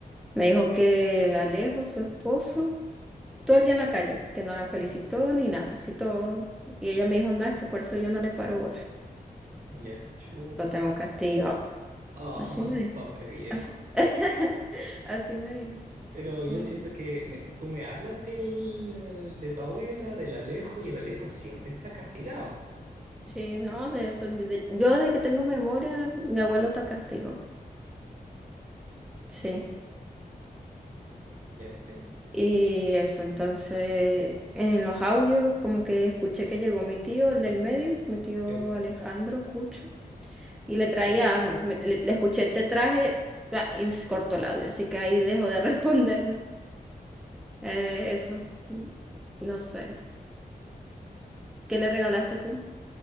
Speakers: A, in the centre; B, on the right (about 55°).
A: Me dijo que me alejo, su esposo, todo el día en la calle, que no la felicitó ni nada, así todo. Y ella me dijo, no, es que por eso yo no le paro bola,
B: Ya, chu.
A: lo tengo castigado.
B: Oh,
A: Así me dijo,
B: <laughs> pobre viejo.
A: así, <laughs> así me dijo.
B: Pero yo
A: Mm.
B: siento que me- tú me hablas del, de tu abuela, del Alejo, y el Alejo siempre está castigado.
A: Sí, no, de eso. Yo de, yo de que tengo memoria, mi abuelo está castigo. Sí.
B: Ya entiendo.
A: Y eso, entonces, en los audios, como que escuché que llegó mi tío, el del medio, mi tío
B: Yo,
A: Alejandro Cucho, y le traía
B: yo,
A: algo. Me- le, le escuché, te traje, bla, y se cortó el audio, así que ahí dejó de <laughs> responderme. Eh, eso, no sé. ¿Qué le regalaste tú?